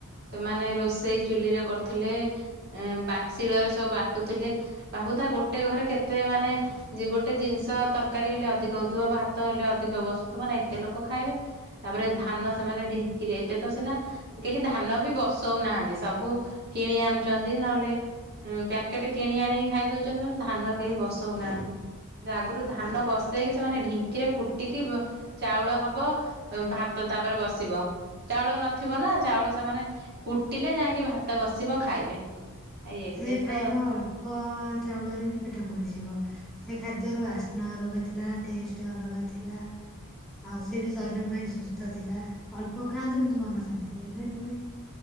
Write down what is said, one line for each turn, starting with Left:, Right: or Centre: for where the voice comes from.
Right: ସେମାନେ ରୋଷେଇ ଚୁଲିରେ କରୁଥିଲେ ବା ଶିଳରେ ସବୁ ବାଟୁଥିଲେ ଭାବୁ ତା ଗୋଟେ ଘରେ କେତେ ମାନେ ଗୋଟେ ଜିନିଷ ତରକାରୀ ହେଲେ ଅଧିକ ହଉଥିବ ଭାତ ହେଲେ ଅଧିକ ବସୁଥିବ ନା ଏତେ ଲୋକ ଖାଇବେ ତାପରେ ଧାନ ସେମାନେ ଢିଙ୍କିରେ ଏବେ ତ ସିନା। କେହି ଧାନ ବି ବସଉନାହାନ୍ତି ସବୁ କିଣି ଆଣୁଛନ୍ତି ନହେଲେ ପ୍ୟାକେଟ କିଣି ଆଣିକି ଖାଇ ଦଉଛନ୍ତି ଧାନ କେହି ବସଉନାହାନ୍ତି ଆଗରୁ ଧାନ ବସେଇକି ସେମାନେ ଢିଙ୍କିରେ କୁଟିକି ଚାଉଳ ହବ ଭାତ ତାପରେ ବସିବ ଚାଉଳ ନ ଥିବ ନା ଚାଉଳ। ମାନେ କୁଟିଲେ ଯାଇି। ଭାତ ବସିବ ଖାଇବେ। ଆଉ ଏବେ
Centre: ସେ ଖାଇବା
Right: ତ
Centre: ଅଳ୍ପ ଚାଉଳରେ ବି ପେଟ ଭୁରିଯିବ। ସେ ଖାଦ୍ୟର ବାସ୍ନା ଅଲଗା ଥିଲା ଟେଷ୍ଟ ଅଲଗା ଥିଲା ଆଉ ସେ ବି ଶରୀର ପାଇଁ ସୁସ୍ଥ ଥିଲା ଅଳ୍ପ ଖାଆନ୍ତୁ କିନ୍ତୁ ମନ ଶାନ୍ତି ଏବେ ନୁହେଁ